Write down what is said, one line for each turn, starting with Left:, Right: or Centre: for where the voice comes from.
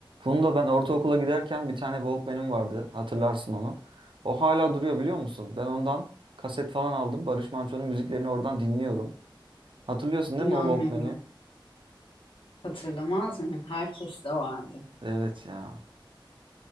Right: Bunu da ben ortaokula giderken bir tane Walkman'im vardı. Hatırlarsın onu. O hala duruyor biliyor musun? Ben ondan kaset falan aldım. Barış Manço'nun müziklerini oradan dinliyorum. Hatırlıyorsun
Left: İnanmıyorum.
Right: değil mi o Walkman'i?
Left: Hatırlamaz mıyım? Herkes de vardı.
Right: Evet ya.